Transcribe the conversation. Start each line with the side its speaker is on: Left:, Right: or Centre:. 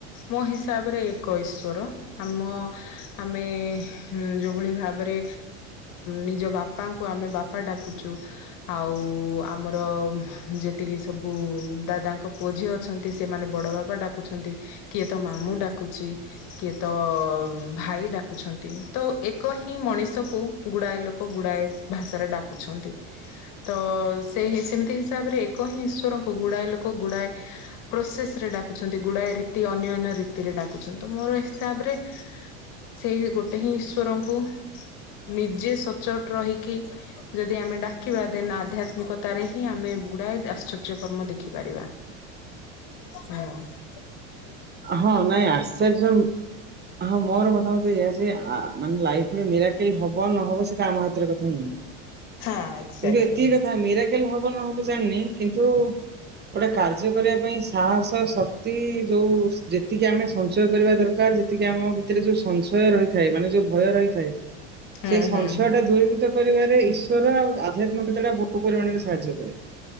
Left: ମୋ ହିସାବରେ ଏକ ଈଶ୍ଵର ଆମ ଆମେ ଯୋଉ ଭଳି ଭାବରେ ନିଜ ବାପାଙ୍କୁ ଆମେ ବାପା ଡାକୁଛୁ ଆଉ ଆମର ଯେତିକି ସବୁ ଦାଦାଙ୍କ ପୁଅ ଝିଅ ଅଛନ୍ତି ସେମାନେ ବଡ ବାପା ଡାକୁଛନ୍ତି କିଏ ତ ମାମୁଁ ଡାକୁଛି କିଏ ତ ଭାଇ ଡାକୁଛନ୍ତି ତ ଏକ ହିଁ ମଣିଷକୁ ଗୁଡାଏ ଲୋକ ଗୁଡାଏ ଭାଷାରେ ଡାକୁଛନ୍ତି ତ ସେଇ ସେମିତି ହିସାବରେ ଏକ ହିଁ ଈଶ୍ୱରଙ୍କୁ ଗୁଡାଏ ଲୋକ ଗୁଡାଏ ପ୍ରୋସେସ ରେ ଡାକୁଛନ୍ତି ଗୁଡାଏ ରୀତି ଅନ୍ୟ ଅନ୍ୟ ରୀତିରେ ଡା <unintelligible> ମୋର ହିସାବରେ ସେଇ ଗୋଟେ ହିଁ ଇଶ୍ ଈଶ୍ଵରଙ୍କୁ ନିଜେ ସଚୋଟ ରହିକି ଯଦି ଆମେ ଡାକିବା ଦେନ ଆଧ୍ୟାତ୍ମିକତାରେ ହିଁ ଆମେ ଗୁଡାଏ ଆଶ୍ଚର୍ଯ୍ୟକର୍ମ ଦେଖିପାରିବା। ହୁଁ।
Right: ହଁ ନାଇଁ ଆଶ୍ଚର୍ଯ୍ୟ ହଁ ମୋର ମତାମତ ଏଇଆ ଯେ ଆ ଲାଇଫ ମିରାକିଲ ହବ ନହବ ସେଇଟା ଆମ ହାତରେ କଥା ନୁହେଁ।
Left: ହଁ ଏକ୍ଜାକ୍ଟଲି
Right: କିନ୍ତୁ ଏତିକି
Left: ହୁଁ
Right: କଥା ମିରାକେଲ ହ ହବ ନହବ ଜାଣିନି କିନ୍ତୁ ଗୋଟେ କାର୍ଯ୍ୟ କରିବା ପାଇଁ ସାହସ ଶକ୍ତି ଯୋଉ ଯେତିକି ଆମେ ସଞ୍ଚୟ କରିବା ଦରକାର ଯେତିକି ଆମ ଭିତରେ ଯୋଉ ସଂଶୟ ରହିଥାଏ ମାନେ ଯୋଉ ଭୟ ରହିଥାଏ।
Left: ହୁଁ
Right: ସେ
Left: ହୁଁ
Right: ସଂଶୟ
Left: ହୁଁ ହୁଁ
Right: ଟା ଦୂରଭୂତ କରିବାରେ ଇଶ୍ ଆଉ ଆଧ୍ୟାତ୍ମିକତା ଟା ବହୁ ପରିମାଣରେ ସାହାଯ୍ୟ କରେ।